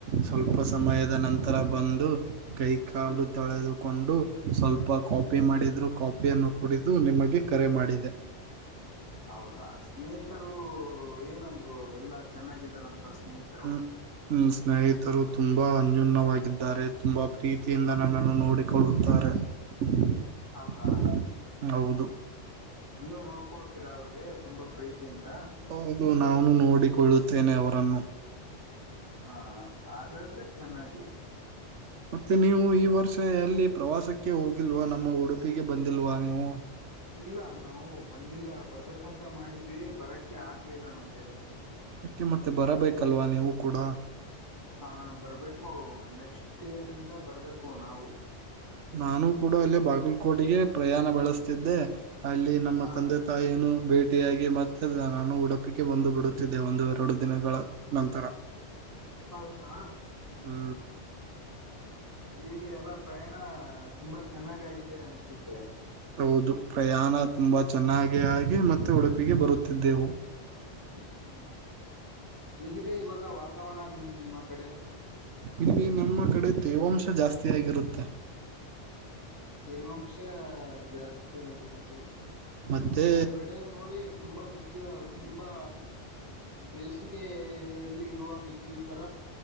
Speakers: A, on the right; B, on the right.
A: ಸ್ವಲ್ಪ ಸಮಯದ ನಂತ ತರ ಬಂದು ಕೈ ಕಾಲು
B: ಹ್ಮ್
A: ತೊಳೆದು ಕೊಂಡು ಸ್ವಲ್ಪ ಕಾಪಿ ಮಾಡಿದ್ರು ಕಾಪಿಯನ್ನು ಕುಡಿದು ನಿಮಗೆ ಕರೆ ಮಾಡಿದೆ.
B: ಹೌದಾ ಸ್ನೇಹಿತರು ಏನಂದ್ರು ಎಲ್ಲಾ ಚೆನ್ನಾಗಿದಾರಂತ ಸ್ನೇಹಿತ
A: ಹೂ ಹೂ ಸ್ನೇಹಿತರು ತುಂಬಾ ಅನ್ಯೂನ್ಯವಾಗಿದ್ದಾರೆ ತುಂಬಾ ಪ್ರೀತಿಯಿಂದ ನನ್ನನ್ನು ನೋಡಿ <unintelligible>
B: ಹೌದಾ
A: ಹೌದು.
B: ನೀವು ನೋಡ್ಕೊಳ್ತೀರಾ ಅವ್ರಿಗೆ ತುಂಬಾ ಪ್ರೀತಿಯಿಂದ.
A: ಹೌದು ನಾನು ನೋಡಿಕೊಳ್ಳುತ್ತೇನೆ ಅವರನ್ನು.
B: ಹಾ ಹಾಗಾದ್ರೆ ಚೆನ್ನಾಗಿ.
A: ಮತ್ತೆ ನೀವು ಈ ವರ್ಷ ಎಲ್ಲಿ ಪ್ರವಾಸಕ್ಕೆ ಹೋಗಿಲ್ವಾ ನಮ್ಮ ಉಡುಪಿಗೆ ಬಂದಿಲ್ವಾ ನೀವು
B: ಇಲ್ಲ ನಾವು ಬಂದಿಲ್ಲ ಬರ್ಬೇಕಂತ ಮಾಡಿದ್ವಿ ಬರಕ್ಕೆೆ ಆಗ್ಲಿಲ್ಲ ನಮ್ಗೆ
A: ಅದಕ್ಕೆ ಮತ್ತೆ ಬರಬೇಕಲ್ವಾ ನೀವು ಕೂಡ
B: ಹಾ ಬರ್ಬೇಕು ನೆಕ್ಸ್ಟ್ ಇಯರ್ ಇಂದ ಬರ್ಬೇಕು ನಾವು
A: ನಾನು ಕೂಡ ಅಲ್ಲೇ ಬಾಗಲಕೋಟೆಗೆ ಪ್ರಯಾಣ ಬೆಳೆಸ್ತಿದ್ದೆ ಅಲ್ಲಿ ನಮ್ಮ
B: ಹಾ
A: ತಂದೆ ತಾಯಿಯನು ಬೇಟಿ ಭೇಟಿಯಾಗಿ ಮತ್ತೆ ನಾನು ಉಡುಪಿಗೆ ಬಂದು ಬಿಡುತ್ತಿದ್ದೆ ಒಂದು ಎರಡು ದಿನಗಳ ನಂತರ
B: ಹೌದಾ
A: ಹಾ
B: ಹೀಗೆ ಎಲ್ಲ ಪ್ರಯಾಣ ತುಂಬಾ ಚೆನ್ನಾಗಾಗಿದೆ ಅನ್ಸುತ್ತೆ
A: ಹೌದು ಪ್ರಯಾಣ ತುಂಬಾ ಚೆನ್ನಾಗಿ ಆಗಿ ಮತ್ತೆ ಉಡುಪಿಗೆ ಬರುತ್ತಿದ್ದೆವು
B: ಹ್ಮ್ ಹೇಗಿದೆ ಇವಾಗ ವಾತಾವರಣ ನಿಮ್ಮ ಕಡೆ
A: ಇಲ್ಲಿ ನಮ್ಮ ಕಡೆ ತೇವಾಂಶ ಜಾಸ್ತ ಆಗಿರುತ್ತೆ
B: ತೇವಾಂಶ ಜಾಸ್ತಿ ಆಗಿರುತ್ತೆ
A: ಮತ್ತೆ
B: ನಮ್ ಕಡೆ ನೋಡಿ ತುಂಬಾ ಬಿಸ್ಲು ತುಂಬಾ ಬೇಸಿಗೆ ಇಲ್ಲಿ ಇರುವ ಬಿಸಿಲು ತರ